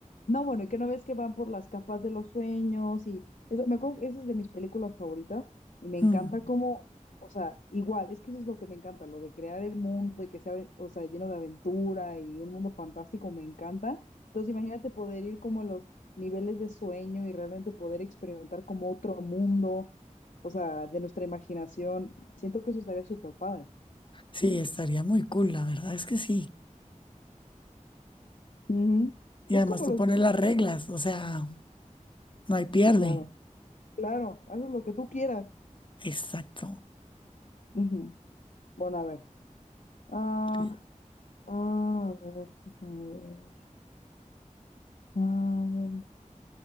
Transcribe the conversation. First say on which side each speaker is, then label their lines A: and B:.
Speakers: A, on the left; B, on the left.
A: No, bueno, y que no ves que van por las capas de los sueños y esa, me acuerdo, que esa es de mis películas favoritas y me encanta
B: Mm,
A: cómo, o sea, igual, es que eso es lo que me encanta, lo de crear el mundo y que sea, o sea, lleno de aventura y un mundo fantástico, me encanta. Entonces, imagínate poder ir como a los niveles de sueño y realmente poder experimentar como otro mundo, o sea, de nuestra imaginación. Siento que eso estaría súper padre.
B: Sí, estaría muy cool, la verdad es que sí.
A: Ujú.
B: Y
A: Es
B: además
A: como
B: tú
A: los
B: pones
A: videos,
B: las reglas, o sea, no hay pierde.
A: claro, claro, haces lo que tú quieras.
B: Exacto.
A: Ujú. Bueno, a ver. Ah,
B: Sí.
A: ah, a ver, déjame ver. Ah, um,